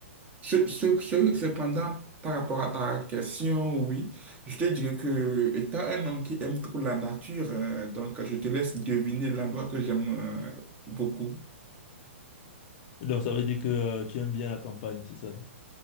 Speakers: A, on the right; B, on the left.
A: Ce- ce- ce- cependant, par rapport à ta question, oui, je te dirais que étant un homme qui aime trop la nature, euh, donc je te laisse deviner l'endroit que j'aime euh, beaucoup.
B: Donc ça veut dire que euh, tu aimes bien la campagne, c'est ça?